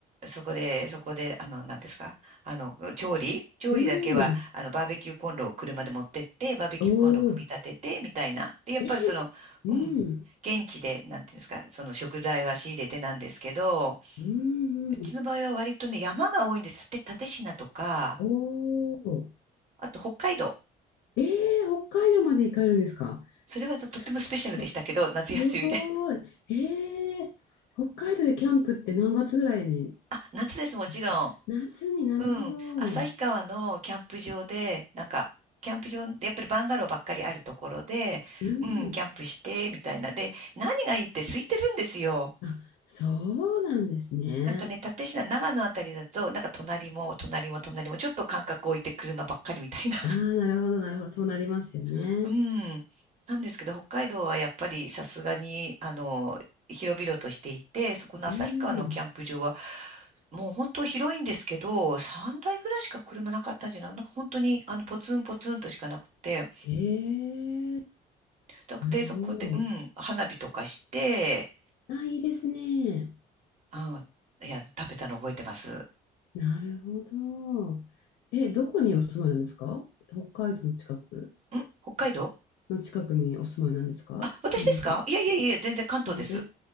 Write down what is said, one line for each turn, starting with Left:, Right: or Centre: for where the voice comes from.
Right: そこで、そこで、あの、なんですか。あの、調理調理だけはあの、
Left: うん。
Right: バーベキューコンロを車で持ってって、バーベキューコンロを組み立てて、
Left: おお。
Right: みたいな。で、やっぱりその、
Left: ええ。うん。
Right: うん、現地で、なんていうんですか、その食材は仕入れてなんですけど、
Left: うんうん。
Right: うちの場合は割とね、山が多いんです。立蓼科とか、
Left: おお。
Right: あと北海道。
Left: ええ、北海道まで行かれるんですか
Right: それはとってもスペシャルでしたけど、
Left: すごい。
Right: 夏休みで。
Left: すごい。ええ、北海道でキャンプって何月ぐらいに
Right: <laughs> あ、夏です、もちろん。
Left: あ、夏になるほど。
Right: うん。旭川のキャンプ場で、なんか、キャンプ場で、やっぱりバンガローばっかりあるところで、
Left: うん。
Right: うん、キャンプして、みたいな。で、何がいいって空いてるんですよ。
Left: あ、そうなんですね。
Right: なんかね、蓼科、長野あたりだと、なんか隣も隣も隣も、ちょっと間隔置いて車ばっかりみたいな。
Left: ああ、なるほど、なるほど。そうなりますよね。
Right: <laughs> うん。なんですけど、北海道はやっぱりさすがに、あの、広々としていて、そこの旭川のキャンプ場は、
Left: うん。
Right: もう本当広いんですけど、3台ぐらいしか車なかったんじゃないなんか本当に、あの、ポツンポツンとしかなくて、
Left: ええ
Right: だで、
Left: すごい。
Right: そこで、うん、花火とかして、
Left: あ、いいですね。
Right: あ、いや、食べたの覚えてます。
Left: なるほど。え、どこにお住まいなんですか北海道の近く
Right: ん北海道
Left: の近くにお住まいなんですかではなく。
Right: あ、私ですかいやいやいや、
Left: うん全然。
Right: 全然関東です。